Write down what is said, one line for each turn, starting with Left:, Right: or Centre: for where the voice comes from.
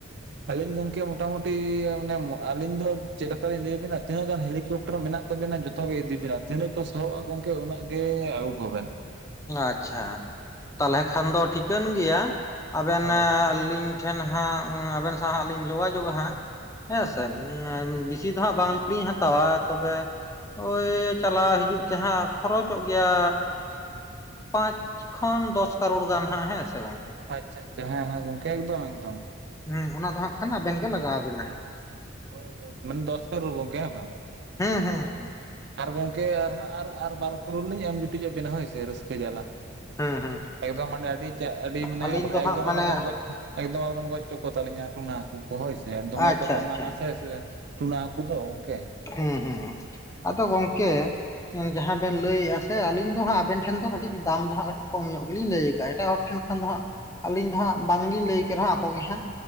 Right: ᱟᱹᱞᱤᱧ ᱜᱚᱢᱠᱮ ᱢᱚᱴᱟᱢᱩᱴᱤ ᱢᱟᱱᱮ ᱟᱹᱞᱤᱧ ᱫᱚ ᱪᱮᱫ ᱞᱮᱠᱟᱞᱤᱧ ᱞᱟᱹᱭᱟᱵᱤᱱᱟ ᱛᱤᱱᱟᱹᱜ ᱜᱟᱱ ᱦᱮᱞᱤᱠᱯᱴᱟᱨ ᱢᱮᱱᱟᱜ ᱛᱟᱵᱮᱱᱟ ᱡᱚᱛᱚ ᱜᱮ ᱤᱫᱤ ᱵᱮᱱᱟ ᱛᱤᱱᱟᱹᱜ ᱠᱚ ᱥᱚᱦᱚᱜᱼᱟ ᱜᱚᱝᱠᱮ ᱩᱱᱟᱹᱜ ᱜᱮ ᱟᱹᱜᱩ ᱠᱚᱵᱮᱱ,
Left: ᱟᱪᱪᱷᱟ ᱛᱟᱦᱚᱞᱮ ᱠᱷᱟᱱ ᱫᱚ ᱴᱷᱤᱠᱟᱹᱱ ᱜᱮᱭᱟ ᱟᱵᱮᱱ
Right: ᱦᱳᱭ
Left: ᱟᱹᱞᱤᱧ, ᱴᱷᱮᱱ ᱦᱟᱸ ᱟᱵᱮᱱ ᱥᱟᱶ ᱦᱟᱜ ᱞᱤᱧ ᱡᱳᱜᱟᱡᱳᱜᱼᱟ ᱦᱟᱸᱜ ᱦᱮᱸᱥᱮ,
Right: ᱦᱳᱭ
Left: ᱵᱮᱥᱤ ᱫᱚᱦᱟᱸᱜ ᱵᱟᱝ ᱞᱤᱧ ᱦᱟᱛᱟᱣᱟ ᱛᱚᱵᱮ ᱳᱭ ᱪᱟᱞᱟᱣ ᱦᱤᱡᱩᱜ ᱡᱟᱦᱟ ᱠᱷᱚᱨᱚᱪᱚᱜ ᱜᱮᱭᱟ, ᱯᱟᱸᱪ ᱠᱷᱚᱱ ᱫᱚᱥ ᱠᱟᱨᱳᱲ ᱜᱟᱱ ᱦᱟᱸᱜ ᱦᱮᱸ ᱥᱮ ᱜᱚᱝᱠᱮ,
Right: ᱟᱪᱪᱷᱟ ᱟᱪᱷᱟ ᱦᱮᱸ ᱦᱮᱸ ᱜᱚᱝᱠᱮ ᱮᱠᱫᱚᱢ ᱮᱠᱫᱚᱢ,
Left: ᱦᱮᱸ ᱚᱱᱟ ᱫᱚ ᱦᱟᱜ ᱠᱷᱟᱱ ᱟᱵᱮᱱ ᱜᱮ ᱞᱟᱜᱟᱣᱵᱮᱱᱟ,
Right: ᱦᱳᱭ ᱦᱳᱭ ᱢᱟᱱᱮ ᱫᱚᱥ ᱠᱟᱨᱳᱲ ᱦᱮᱸ ᱵᱟᱝ
Left: ᱦᱮᱸ ᱦᱮᱸ
Right: ᱟᱨ ᱜᱚᱝᱠᱮ ᱟᱨ ᱟᱨ ᱵᱟᱨ ᱠᱟᱨᱚᱲ ᱞᱤᱧ ᱮᱢ ᱡᱩᱴᱤᱡ ᱟᱵᱮᱱᱟ ᱦᱳᱭᱥᱮ ᱨᱟᱹᱥᱠᱟᱹ ᱡᱟᱞᱟ
Left: ᱦᱮᱸ ᱦᱮᱸ
Right: ᱮᱠᱫᱚᱢ ᱢᱟᱱᱮ ᱟᱹᱰᱤ ᱟᱹᱰᱤ ᱢᱟᱱᱮ
Left: ᱟᱹᱞᱤᱧ ᱫᱚ
Right: ᱮᱠᱫᱚᱢ
Left: ᱦᱟᱸᱜ ᱢᱟᱱᱮ
Right: ᱟᱞᱚᱵᱮᱱ ᱜᱚᱡ ᱮᱠᱫᱚᱢ ᱟᱞᱚᱵᱮᱱ ᱜᱚᱡ ᱦᱚᱪᱚ ᱠᱚᱛᱟᱞᱤᱧᱟ ᱴᱩᱱᱟ ᱦᱟᱹᱠᱩ ᱠᱚ ᱦᱳᱭᱥᱮ ᱫᱚᱢᱮ
Left: ᱟᱪᱪᱷᱟ
Right: ᱠᱚ ᱫᱟᱢᱟᱱᱟ
Left: ᱟᱪᱪᱷᱟ
Right: ᱥᱮ ᱥᱮ ᱴᱩᱱᱟᱹ ᱦᱟᱠᱩ ᱫᱚ ᱜᱚᱝᱠᱮ,
Left: ᱦᱮᱸ ᱦᱮᱸ ᱟᱫᱚ ᱜᱚᱝᱠᱮ
Right: ᱦᱮᱸ
Left: ᱡᱟᱦᱟᱸ ᱵᱮᱱ ᱞᱟᱹᱭᱮᱫ, ᱦᱮᱥᱮ ᱟᱹᱞᱤᱧ ᱫᱚ ᱦᱟᱸᱜ ᱟᱵ ᱴᱷᱮᱱ ᱫᱚ ᱠᱟᱹᱴᱤᱡ ᱫᱟᱢ ᱫᱚᱦᱟᱸᱜ ᱠᱟᱹᱴᱤᱡ ᱠᱚᱢ ᱧᱚᱜ ᱜᱮᱞᱤᱧ ᱞᱟᱹᱭ ᱫᱟ ᱮᱴᱟᱜ ᱦᱚᱲ ᱴᱷᱮᱱ ᱠᱷᱟᱱ ᱫᱚ ᱦᱟᱸᱜ ᱟᱹᱞᱤᱧ ᱫᱚ ᱦᱟᱸᱜ ᱵᱟᱝᱞᱤᱧ ᱞᱟᱹᱭ ᱠᱮᱫ ᱨᱮᱦᱚᱸ ᱟᱠᱚ ᱜᱮ ᱦᱟᱸᱜ